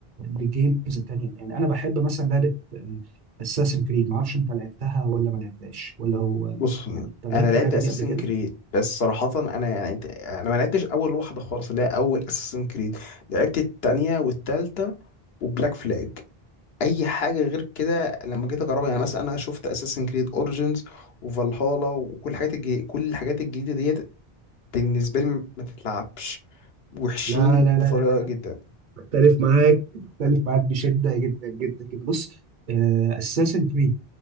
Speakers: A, on the right; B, on the left.
A: للجيمز التانيه يعني انا بحب مثلا لعبه اساسن كريد ما اعرفش انت لعبتها ولا ما لعبتهاش ولا هو
B: بص
A: يعني انت
B: انا
A: لعبت
B: لعبت
A: اللعبه
B: اساسن
A: دي قبل كده؟
B: كريد بس صراحه انا يعني انت انا ما لعبتش اول واحده خالص اللي هي اول اساسن كريد لعبت التانية والتالتة وبلاك فلاج اي حاجه غير كده لما جيت اجربها يعني مثلا انا شفت اساسن كريد اوريجينز وفالهالا وكل الحاجات الجديدة كل الحاجات الجديده ديت بالنسبه لي ما تتلعبش وحشين
A: لا لا
B: بطريقه
A: لا لا لا
B: جدا
A: بختلف معاك بختلف معاك بشده جدا جدا جدا بص اساسن كريد